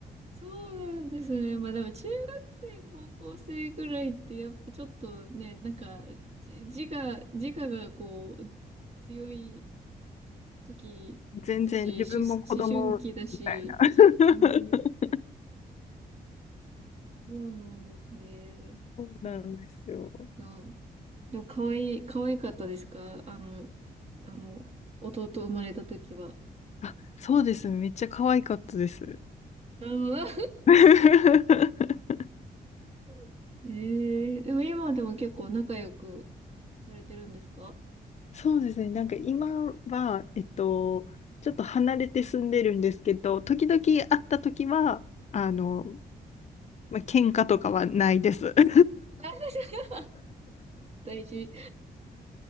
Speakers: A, on the right; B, on the left.
A: そうなんですね。まあでも中学生、高校生ぐらいってやっぱちょっとね、なんかじ自我、自我がこう強い時だし、
B: 全然自分も子供みたい。
A: し思春期だし、
B: <laughs>
A: うん、そうなんですね。
B: そうなんですよ。
A: いいな。でも、でも可愛い、可愛かったですかあの、あの、弟生まれた時は。
B: あ、そうですね。めっちゃ可愛かったです。
A: うん。
B: <laughs>
A: <laughs> ええでも今でも結構仲良くされてるんですか
B: そうですね。なんか今は、えっと、ちょっと離れて住んでるんですけど、時々会った時は、あの、まあ、喧嘩とかはないです。<laughs>
A: <laughs> 大事。